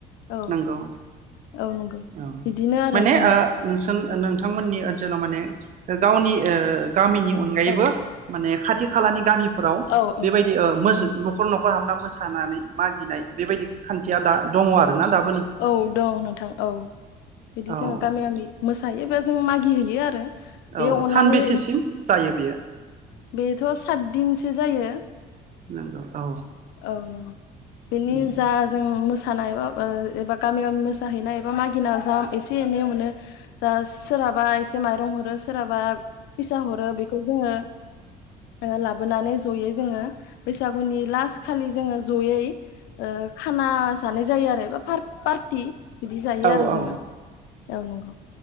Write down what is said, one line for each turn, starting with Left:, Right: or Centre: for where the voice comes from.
Left: औ
Right: नोंगौ
Left: औ नंगौ
Right: औ
Left: बिदिनो आरो
Right: माने
Left: जोङो
Right: ओ नोंसोन नों थांमोननि ओनसोलाव माने गावनि ओ गामिनि अनगायैबो
Left: औ
Right: माने खाथि खालानि गामिफोराव
Left: औ औ
Right: बेबायदि ओ मोज न' खर न'खर हाबना मोसानानै मागिनाय बेबायदि खान्थिया दा दङ आरो ना दा
Left: औ दं नोंथां औ बिदि
Right: औ
Left: जोङो गामि गामि मोसायो बा जों मागि हैैयो आरो। बे
Right: औ
Left: अननानै
Right: सानबेसेसिम जायो बेयो?
Left: बेथ' सातदिनसो जायो।
Right: नंगौ औ
Left: औ नोंगौ बेनि
Right: औ
Left: जा जों मोस सानाय बा ओ ओ बा गामि गामि मोसाहैनाय बा मागिनायाव जा एसे एनै मोनो जा सोरहाबा एसे माइरं हरो सोरहाबा फैसा हरो बेखौ जोङो ओ लाबोनानै जयै जोङो बैसागुनि लास खालि जोङो जयै ओ खाना जानाय जायो आरो एबा पार पारथि बिदि जायो
Right: औ
Left: आरो
Right: औ
Left: जोङो औ नंगौ।